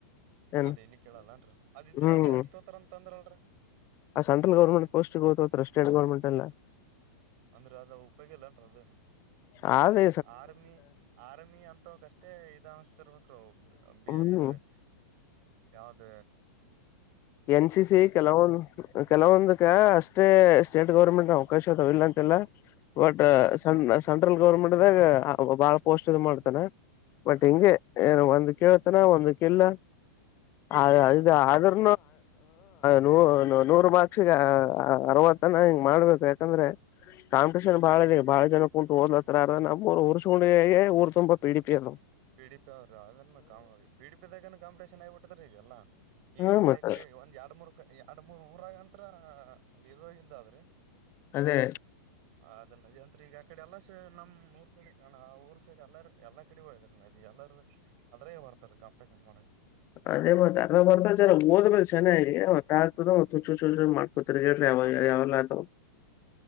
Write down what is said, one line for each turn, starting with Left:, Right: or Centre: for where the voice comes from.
Left: ಏನ್
Right: ಅದ್ ಇಲ್ಲಿ ಕೇಳಲ್ಲನ್ರಿಅದ ಇದ್ರ
Left: ಹ್ಮ್
Right: ಡೈರೆಕ್ಟ್ ತೋಗತಾರ ಅಂತ ಅಂದ್ರಲ್ರಿ.
Left: ಆ ಸೆಂಟ್ರಲ್ ಗೌರ್ಮಂಟ್ ಪೊಸ್ಟ್ ಗೋತ್ಂತ್ರಿ ಸ್ಟೆಟ್ ಗೌರ್ಮೆಟ್ ಅಲ್ಲ
Right: ಅಂದ್ರ ಅದ ಉಪಯೋಗಿಲ್ಲನ್ರಿ ಅದು
Left: ಹದ <unintelligible>
Right: ಆರ್ಮಿ, ಆರ್ಮಿ ಅಂತವಕಷ್ಟೇ ಇದ ಅನ್ತಿರ್ಬೇಕರಿ
Left: ಹ್ಮ್
Right: ಇದ್ರ <unintelligible> ಯಾವ್ದ
Left: ಎನ್ ಸಿ ಸಿ
Right: ಜಿ
Left: ಕೆಲವೊಂದು ಕೆಲವೊಂದಕ್ಕ ಅಷ್ಟೇ ಸ್ಟೇಟ್ ಗೌರ್ಮೆಂಟ್ ಅವಕಾಶ ಅದಾವ ಇಲ್ಲ ಅಂತಿಲ್ಲ ಒಟ್
Right: ಹ್ಮ್
Left: ಸ ಸೆಂಟ್ರಲ್ ಗೌರ್ಮೆಂಟ್ದಾಗ ಬಾಳ ಪೋಸ್ಟ್ ಇಧ್ ಮಾಡ್ತಾನ ಬಟ್
Right: ಹ್ಮ್
Left: ಹಿಂಗೆ ಏನು ಒಂದ ಕೇಳತನ ಒಂದಕಿಲ್ಲ ಅ ಆ
Right: ಅಂದ್ರ
Left: ದು ಆದ್ರ <unintelligible> ಹೂ ನೂರು ಬಾಕ್ಷಿಗೆ ಅರವತ್ತನ ಹಿಂಗ್ ಮಾಡ್ಬೇಕು ಯಾಕಂದ್ರೆ <unintelligible> ಕಾಂಪಿಟೇಷನ್ ಬಾಳ ಇದೆ ಬಾಳ ಜನ ಕುಂತು ಓದತರ ನಮವ್ರು ಉರ್ಕ್ ಊರು ತುಂಬಾ ಪಿಡಿ ಪಿ ಅಲ್ರ <unintelligible>
Right: ಪಿ, ಡಿ, ಪಿ ಅದ್ರಿ ಅದನು ಕ ಪಿ, ಡಿ, ಪಿದಾಗನು ಕಾಂಪಿಟೇಷನ್ ಆಗಿಬಿಟ್ಟಿದ್ರೀ ಈಗೆಲ್ಲ ಈಗ
Left: ಹಾ
Right: ಆ ಕಡೆ
Left: ಮತ್ತ
Right: ಈಡೆ ಒಂದ ಎರಡು ಮೂರು, ಎರಡು ಮೂರು ಊರಾಗಂತ್ರ ಅದ ಎಾಗಿಿಂದ ಆದ್ರೆ <inaudible>
Left: ಅದೇ
Right: ಹ ಅದ ನದಿ ಅಂತರ ಈಗ ಆ ಕಡೆ ಎಲ್ಲಾ ಸ ನಮ್ ಊರ್ ಕಡೆ ಹಣ ಆ ಊರ್ ಸೈಡ್ ಎಲ್ಲ ಎಲ್ಲ ಕಡೆ ಹೋಗದ್ನರಿ. ಅದು ಎಲ್ಲರ ಅದ್ರಗೆ ಬರ್ತಾರೆ ಕಾಂಪಿಟೇಷನ್ ಮಾಡಕ.
Left: ಅದೇ ಮತ್ತತ್ ಅರ್ದ <inaudible> ಚೆನ್ನಾಗಿ. <unintelligible> <unintelligible> ಯಾವಲ್ಲತ.